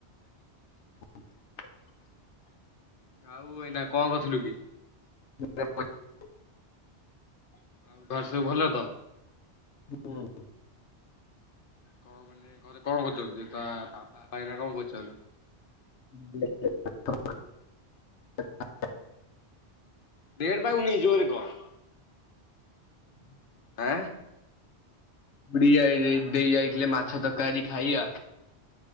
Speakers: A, on the left; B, on the left.
A: <unintelligible> <unintelligible>
B: ଆଉ ଏଇନା କଣ କରିଥିଲୁ କି?
A: <unintelligible>
B: ଆଉ ଘରେ ସବୁ ଭଲ ତ?
A: ହୁଁ।
B: କଣ ମାନେ ଘରେ କଣ କରୁଛନ୍ତି ତା ବାପା ଭାଇଁନା କଣ କରୁଛନ୍ତି?
A: <unintelligible>
B: ଦେଢଟ ପାଉନି ତାକୁ ନେଇ ଯିବ ବୋଲି କହ।
A: ହୁଁ
B: ଆଁ।
A: ଉଡି ଯାଇ ଦେଇ ଯାଇଥିଲେ ମାଛ ତରକାରୀ ଖାଇଆ।